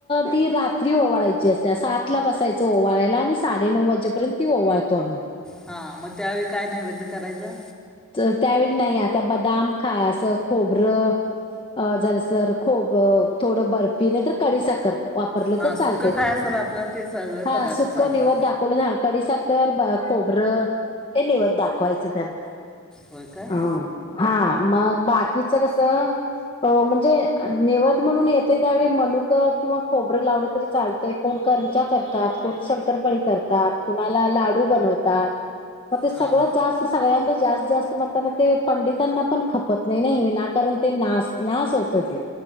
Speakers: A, on the left (about 25°); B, in the centre.
A: ती रात्री ओवाळायची असते सातला बसायचं ओवाळायला आणि साडे नऊ वाजेपर्यंत ती ओवाळ तोम्ही.
B: हा मग त्यावेळी काय नैवेद्य करायचं.
A: तर त्यावेळी नाही आता बदाम खास खोबरं. अ झालं तरर खूप थोडं बर्फी नाही तर कडी साखर. वापरलं
B: हां
A: तर चालत
B: सुकं काय असेल आपलं ते सगळे
A: हा
B: पदार्थ
A: सुक
B: चालतात
A: निवत दाखवलं ह कडी कर ब खोबरं हे निवत दाखवायचं त्यांना
B: ब काय.
A: अ हा मग बाकीचं कस. अ म्हणजे निवद म्हणून येतय त्यावेळी मनुकं किंवा खोबरं लावलं तरी चालतेय कोण. करजा करतात कोण शंकरपाळी करतात कुणाला लाडू बनवतात. मग ते सगळं
B: हां
A: जास्त सगळ्यांच्यात जास्त. जास्त म्हणताना ते पंडितांना पण खपत नय नाही वीनाकारण ते ना नास होत ते.